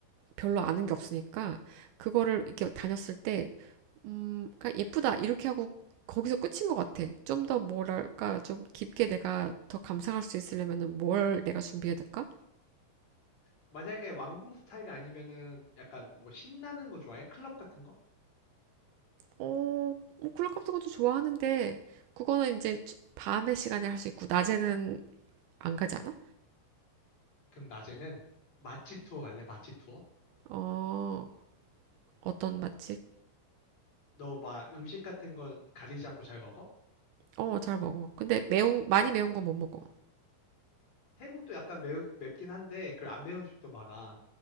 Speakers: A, on the right; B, on the left.
A: 별로 아는 게 없으니까 그거를 이렇게 다녔을 때, 음, 그러니까 예쁘다 이렇게 하고 거기서 끝인 것 같아. 좀 더 뭐랄까 좀 깊게 내가 더 감상할 수 있으려면은 뭘 내가 준비해야 될까?
B: 만약에 왕궁 스타일이 아니면은 약간 뭐 신나는 거 좋아해? 클럽 같은 거?
A: 어, 뭐 콜라 같은 것도 좋아하는데 그거는 이제 밤의 시간에 할 수 있고 낮에는 안 가지 않아?
B: 그럼 낮에는 맛집 투어 갈래? 맛집 투어?
A: 어, 어떤 맛집?
B: 너 막 음식 같은 거 가리지 않고 잘 먹어?
A: 어, 잘 먹어. 근데 매운 많이 매운 건 못 먹어.
B: 태국도 약간 매우, 맵긴 한데 그 안 매운 음식도 많아.